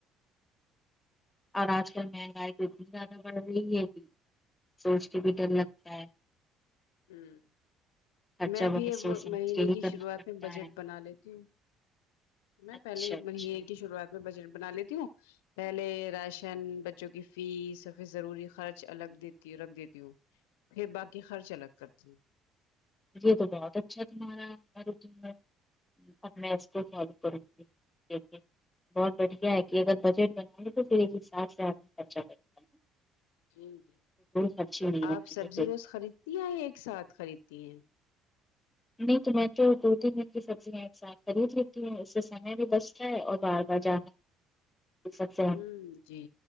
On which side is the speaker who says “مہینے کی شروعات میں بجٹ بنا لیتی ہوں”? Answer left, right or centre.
Left